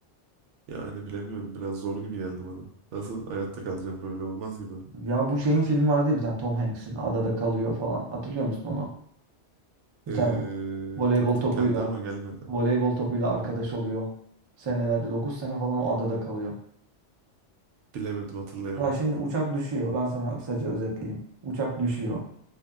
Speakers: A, on the right; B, on the right.
A: Yani bilemiyorum. Biraz zor gibi geldi bana. Nasıl hayatta kalacağım böyle olmaz gibi.
B: Ya bu şeyin filmi vardı ya bir tane Tom Hanks'in adada kalıyor falan. Hatırlıyor musun onu? Bir
A: Eee,
B: tane voleybol
A: tanıdık
B: topuyla
A: geldi ama gelmedi.
B: voleybol topuyla arkadaş oluyor. Senelerce 9 sene falan o adada kalıyor.
A: Bilemedim hatırlayamadım.
B: Ya şimdi uçak düşüyor. Ben sana kısaca özetleyeyim. Uçak düşüyor